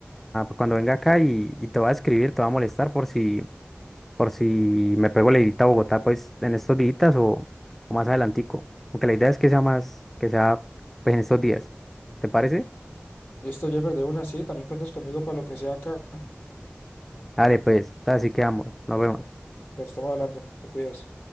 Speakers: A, in the centre; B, on the left.
A: cuando venga acá y, y te va a escribir, te va a molestar por si... por si me pego la idita a Bogotá, pues en estos días o, o más adelantico. Aunque la idea es que sea más, que sea pues en estos días. ¿Te parece?
B: listo, Jeffer, de una, sí, también cuentas conmigo para lo que sea acá.
A: Dale, pues, así quedamos. Nos vemos.
B: Lo estamos hablando, te cuidas.